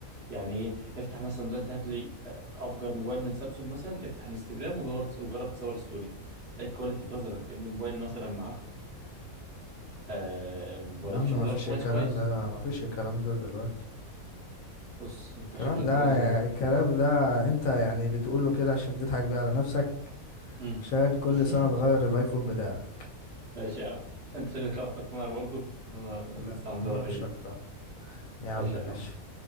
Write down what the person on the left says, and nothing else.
يا عم
ما
فيش
الكلام
ده ما فيش الكلام ده دلوقتي
الكلام
ده
الكلام ده انت يعني بتقوله كده عشان تضحك بيه على نفسك
عشان كل
سنة تغير الايفون بتاعك
لا
انا
مش هقتنع يا عم
ماشي